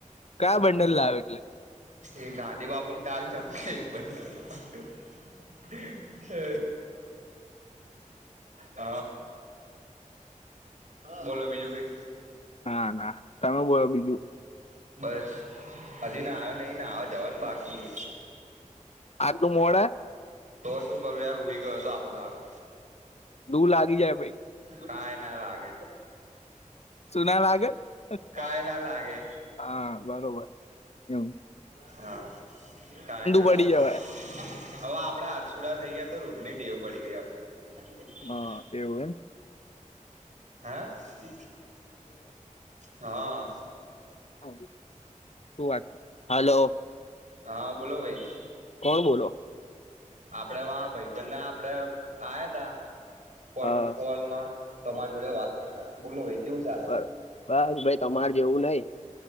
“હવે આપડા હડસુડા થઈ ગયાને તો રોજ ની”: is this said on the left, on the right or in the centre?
Right